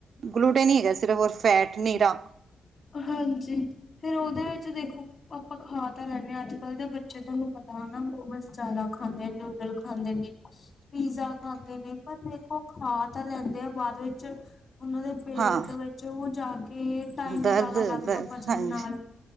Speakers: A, on the right (about 65°); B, on the left (about 50°).
A: ਗੂਲੂਟੇਨ ਈ ਹੈਗਾ ਸਿਰਫ, ਹੋਰ ਫੈਟ ਨੀਰਾ।
B: ਹਾਂਜੀ ਫੇਰ ਉਹਦੇ ਵਿੱਚ ਦੇਖੋ ਆਪਾਂ ਖਾ ਤਾਂ ਲੈਂਦੇ ਹਾਂ ਅੱਜ ਕੱਲ ਦੇ ਬੱਚੇ ਤੁਹਾਨੂੰ ਪਤਾ ਹਨਾ ਮੋਮਸ ਜ਼ਿਆਦਾ ਖਾਂਦੇ ਆ ਨਿੂਡਲ ਖਾਂਦੇ ਨੇ। ਪੀਜ਼ਾ ਖਾਂਦੇ ਨੇ ਪਰ ਦੇਖੋ ਖਾ ਤਾਂ ਲੈਂਦੇ ਆ ਬਾਅਦ ਵਿੱਚ ਉਹਨਾਂ ਦੇ ਪੇਟ
A: ਹਾਂ
B: ਵਿੱਚ ਉਹ ਜਾ ਕੇ ਟਾਈਮ
A: ਦਰਦ
B: ਜ਼ਿਆਦਾ
A: ਦਰਦ
B: ਲੱਗਦਾ ਪਚਣ
A: ਹਾਂਜੀ
B: ਨਾਲ